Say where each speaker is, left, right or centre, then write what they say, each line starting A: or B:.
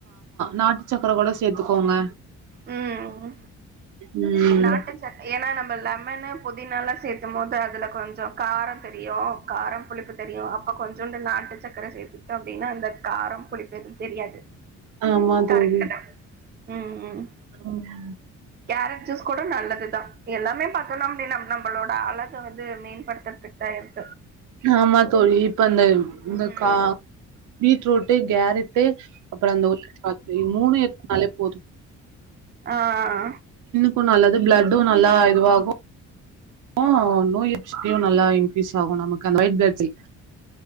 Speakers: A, on the right; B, on the right.
A: நாட்டுச்சக்கர கூட சேத்துக்கோங்க
B: உம்
A: ம்
B: நாட்டுச்ச ஏன்னா நம்ம லெமனு புதினாலா சேர்த்தும் போது அது அதுல கொஞ்சோ காரோ தெரியு காரம் புளிப்புத்தெரியு அப்ப கொஞ்சம் நாட்டுச்சக்கர சேர்த்துக்கிட்டோம் அப்டின்னா அந்த காரம் புளிப்பெது தெரியாது
A: ஆமாந்தோழி
B: கரெக்ட் தா ம் ம்
A: ஆமா
B: கேரட் ஜூஸ் கூட நல்லதுதா எல்லாமே பாத்தோனும் அப்டி நம்ம நம்மளோட அழக வந்து மேன்படுத்துறதுக்கு தா இருக்கு
A: ஆமாத்தோழி இப்ப அந்த இந்த
B: ம்
A: கா பீட்ரூட் <unintelligible> கேரட்டு அப்ற அந்த <inaudible> மூனு இருந்தாலே போது
B: ஆஆஆ
A: க்கும் நல்லது ப்ளட்டு நல்லா இதுவாகு ஆ நோய் எதிர்ப்பு சக்தியு நல்லா இன்க்ரீஸ் ஆகு நமக்கு அந்த ஒய்ட் பிளட் செல்